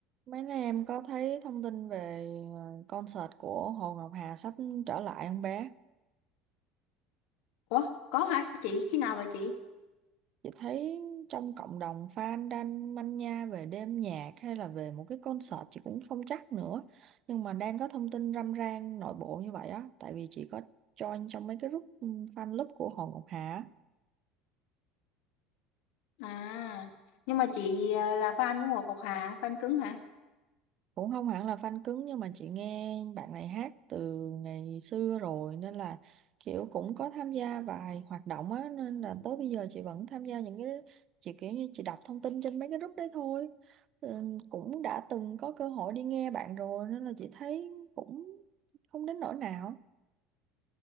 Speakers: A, on the right; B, on the left.
A: Mấy nay em có thấy thông tin về ờ, concert của Hồ Ngọc Hà sắp trở lại không bé?
B: Ủa, có hả chị? Khi nào vậy chị?
A: Chị thấy trong cộng đồng fan đang manh nha về đêm nhạc hay là về một cái concert chị cũng không chắc nữa. Nhưng mà đang có thông tin râm ran nội bộ như vậy á. Tại vì chị có join trong mấy cái group ừ, fan club của Hồ Ngọc Hà. á.
B: À, nhưng mà chị ờ, là fan của Ngọc Ngọc Hà, fan cứng hả?
A: cũng không hẳn là fan cứng nhưng mà chị nghe bạn này hát từ ngày xưa rồi nên là kiểu cũng có tham gia vài hoạt động á nên là tới bây giờ chị vẫn tham gia những cái chị kiểu như chị đọc thông tin trên mấy cái group đấy thôi ừ, cũng đã từng có cơ hội đi nghe bạn rồi nên là chị thấy cũng không đến nỗi nào